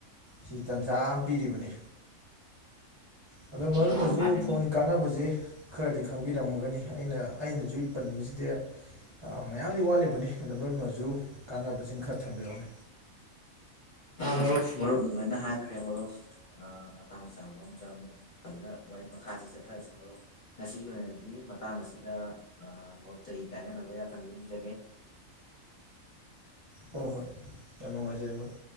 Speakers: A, on the right; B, on the left.
A: ꯁꯤ ꯇꯟꯖꯥ ꯑꯃ ꯄꯤꯔꯤꯕꯅꯤ ꯑꯗꯣ ꯃꯔꯨꯞꯅꯁꯨ
B: ꯑꯥ ꯃꯥꯅꯤ
A: ꯐꯣꯟꯒꯤ ꯀꯥꯟꯅꯕꯖꯤ ꯈꯔꯗꯤ ꯈꯪꯕꯤꯔꯝꯃꯒꯅꯤ ꯑꯩꯅ ꯑꯩꯅꯖꯨ ꯄꯟꯕꯖꯤꯗꯤ ꯑ ꯃꯌꯥꯝꯗꯤ ꯋꯥꯠꯂꯤꯕꯅꯤ ꯑꯗꯨ ꯃꯔꯨꯞ ꯃꯖꯨ ꯀꯥꯟꯅꯕꯁꯤꯡ ꯈꯔ ꯊꯝꯕꯤꯔꯛꯎꯅꯦ꯫
B: ꯃꯔꯨꯞ ꯃꯔꯨꯞ ꯂꯣꯏꯅ ꯍꯥꯏꯈ꯭ꯔꯦ ꯃꯔꯨꯞ ꯑ ꯃꯇꯥꯡ ꯆꯥꯕ ꯑꯝꯗ ꯑꯃꯨꯛ ꯐꯖꯅ ꯋꯔꯤ ꯃꯈꯥꯁꯤ ꯆꯠꯊꯔꯁꯤ ꯃꯔꯨꯞ ꯉꯁꯤꯒꯤ ꯑꯣꯏꯅꯗꯤ ꯃꯇꯥꯡ ꯑꯁꯤꯗ ꯑ ꯃꯔꯨꯞꯇꯒꯤ ꯀꯥꯏꯅꯅꯕ ꯌꯥꯊꯪ ꯅꯤꯖꯒꯦ
A: ꯍꯣꯏ ꯍꯣꯏ ꯌꯥꯝ ꯅꯨꯡꯉꯥꯏꯖꯔꯦ ꯃꯔꯨꯞ꯫